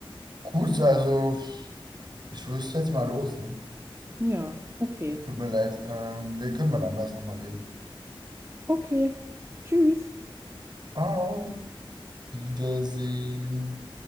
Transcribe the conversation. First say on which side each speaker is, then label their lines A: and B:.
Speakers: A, on the right; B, on the right.
A: gut, also ich rüste jetzt mal los, ne?
B: ja, okay.
A: Tut mir leid. Ähm, wir können mal anders nochmal reden.
B: Okay. Tschüss.
A: Auf Wiedersehen.